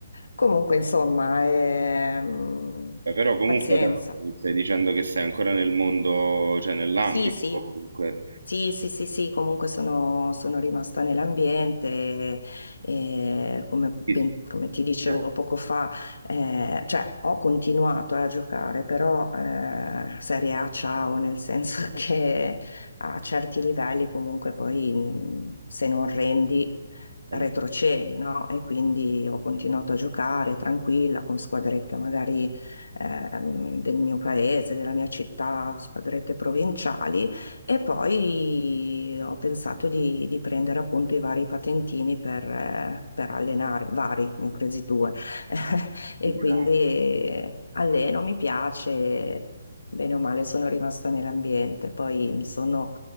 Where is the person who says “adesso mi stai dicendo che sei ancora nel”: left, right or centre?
Right